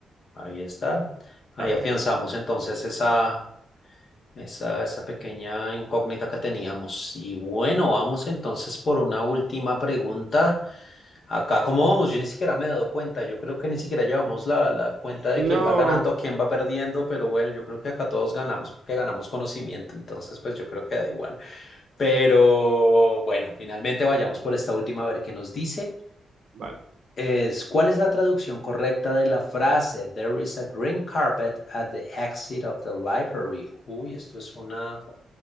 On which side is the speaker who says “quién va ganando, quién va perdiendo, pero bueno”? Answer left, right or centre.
Left